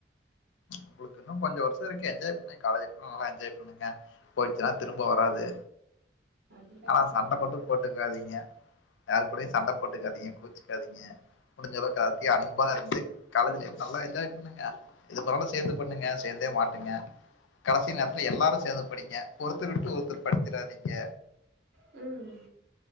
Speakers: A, on the left (about 85°); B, on the right (about 65°).
A: உங்களுக்கு இன்னு கொஞ்ச வருஷ இருக்கு என்ஜாய பண்ணுங்க காலேஜு லைஃப் நல்ல என்ஜாய் பண்ணுங்க போயிச்சுன்னா திரும்ப வராது
B: அது கரெக்ட்
A: ஆனா
B: தா
A: சண்ட மட்டு போட்டுக்காதீங்க யாரு கூடயு சண்ட போட்டுக்காதீங்க கோச்சுக்காதீங்க முடிஞ்சளவு கத்தி அன்பா இருந்து காலேஜ் லைஃப் நல்லா என்ஜாய் பண்ணுங்க இது பண்ணாலு சேந்து பண்ணுங்க சேந்தே மாட்டுங்க கடைசி நேரத்துல எல்லாரு சேந்து படிங்க ஒருத்தர் விட்டு ஒருத்தர் படிச்சிறாதீங்க
B: ம்